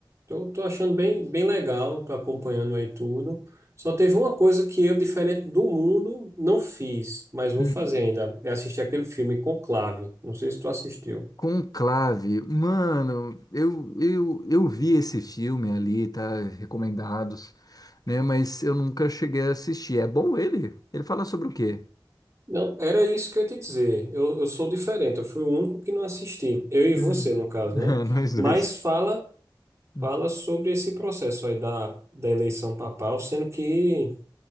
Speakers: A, on the right; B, on the left.
A: Tô, tô achando bem, bem legal, tô acompanhando aí tudo. Só teve uma coisa que eu, diferente do mundo, não fiz, mas vou
B: Uhum.
A: fazer ainda. É assistir aquele filme Conclave. Não sei se tu assistiu.
B: Conclave, mano, eu, eu, eu vi esse filme ali, tá? Recomendados, né? Mas eu nunca cheguei a assistir. É bom ele? Ele fala sobre o quê?
A: Não, era isso que eu ia te dizer. Eu, eu sou diferente, eu fui o único que não assisti. Eu e
B: Hum,
A: você, no caso,
B: <laughs> Nós
A: né?
B: dois.
A: Mas fala,
B: hum.
A: fala sobre esse processo aí da, da eleição papal, sendo que